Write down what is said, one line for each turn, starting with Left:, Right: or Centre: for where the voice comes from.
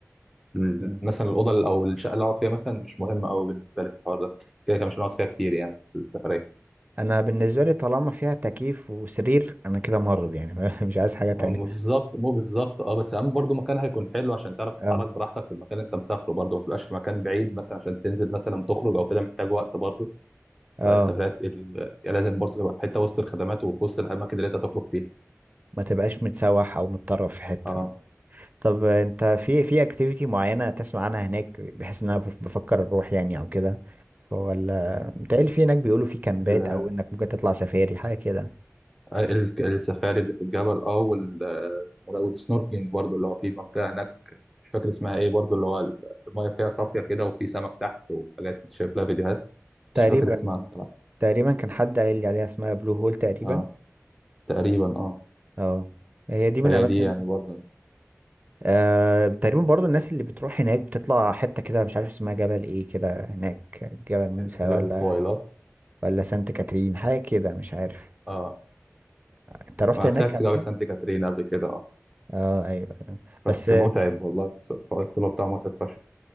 Centre: م-
Right: مم.
Centre: مثلا الاوضه او الشقه اللي اقعد فيها مثلا مش مهمه قوي بالنسبه لي في الحوار ده كده كده مش هنقعد فيها كتير يعني في السفريه
Right: انا بالنسبة لي طالما فيها تكييف وسرير انا كده مرض يعني <laughs> مش عايز حاجة
Centre: أم-
Right: تانية
Centre: بالظبط مو بالظبط اه بس اهم برضو مكان هيكون حلو عشان تعرف تتحرك
Right: اه
Centre: براحتك في المكان اللي انت مسافره برضو ما تبقاش في مكان بعيد مثلا عشان تنزل مثلا تخرج او كده محتاج وقت برضو
Right: اه
Centre: فالسفريات ال... لازم برضو تبقى في حته وسط الخدمات وفي وسط الاماكن اللي انت تخرج فيها
Right: ما تبقاش متسوح او متطرف في حتة
Centre: اه
Right: طب انت في في اكتيفيتي معينة تسمع عنها هناك بحيث ان انا بف- بفكر اروح يعني او كده ولا متهيألي في هناك بيقولوا في كامبات
Centre: ال...
Right: او انك ممكن تطلع سفاري حاجة كده
Centre: آه، ال- السفاري اللي في الجبل اه وال... والسنوركلينج برضو اللي هو في منطقه هناك مش فاكر اسمها ايه برضو اللي هو المايه فيها صافيه كده وفي سمك تحت وحاجات كنت شايف لها فيديوهات
Right: تقريبا
Centre: بس مش فاكر اسمها الصراحه
Right: تقريبا كان حد قايل لي عليها اسمها بلو هول تقريبا
Centre: اه تقريبا اه
Right: اه هي دي من
Centre: فهي
Right: اماكن
Centre: دي يعني برضو
Right: آه تقريبا برضو الناس اللي بتروح هناك بتطلع حتة كده مش عارف اسمها جبل ايه كده هناك جبل موسى
Centre: تقريبا
Right: ولا
Centre: الطويلات
Right: ولا سانت كاترين حاجة كده مش عارف
Centre: اه
Right: انت رحت
Centre: ما
Right: هناك
Centre: طلعت
Right: قبل
Centre: جبل
Right: كده؟
Centre: سانت كاترين قبل كده اه
Right: اه ايوه ايوه
Centre: بس
Right: بس آه،
Centre: متعب والله ص- صعود الطلوع بتاعه متعب فشخ